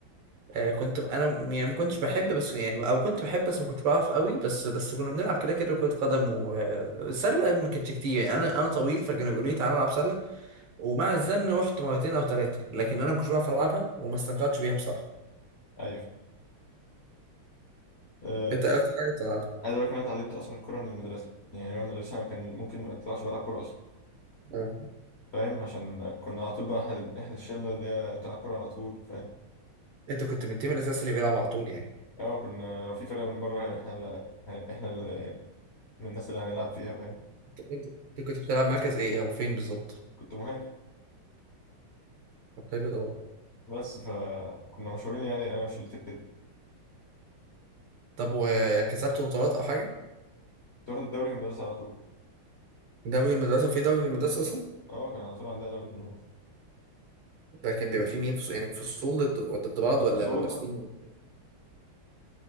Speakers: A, on the right; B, on the left.
A: آه، كنت ب- أنا م- يعني ما كنتش بحب بس يعني أو كنت بحب بس ما كنتش بعرف قوي بس بس كنا بنلعب كده كده كرة قدم والسلة ما كانتش كتير يعني أنا أنا طويل فكانوا بيقولوا لي تعالى العب سلة ومع الزن رحت مرتين أو ثلاثة لكن أنا ما كنتش بعرف ألعبها وما استمتعتش بيها بصراحة
B: ايوه آه،
A: أنت إيه أكتر حاجة بتلعبها
B: عايز اقول لك إن انا اتعلمت اصلا الكوره من المدرسه يعني يوم المدرسه انا كان ممكن ما اطلعش بلعب كوره اصلا
A: أه
B: فاهم عشان كنا على طول بقى احنا احنا الشله اللي هي بتلعب كوره على طول فاهم
A: أنت كنت من التيم الأساسي اللي بيلعب على طول يعني
B: اه كنا لو في فرقه من بره احنا اللي احنا اللي من الناس اللي هنلعب فيها فاهم
A: أنت أنت أنت كنت بتلعب مركز إيه أو فين بالظبط
B: كنت مهاجم
A: طب حلو ده والله
B: بس فكنا مشهورين يعني انا وشلتي كده
A: طب وكسبت بطولات أو حاجة
B: تاخد الدوري في المدرسه على طول
A: دوري المدرسة وفي دوري في المدرسة أصلا
B: اه كان على طول عندنا دوري في المدرسه
A: ده كان بيبقى فيه مين فص... يعني فصول ضد ضد بعض
B: الفصول
A: ولا ولا
B: اه
A: سنين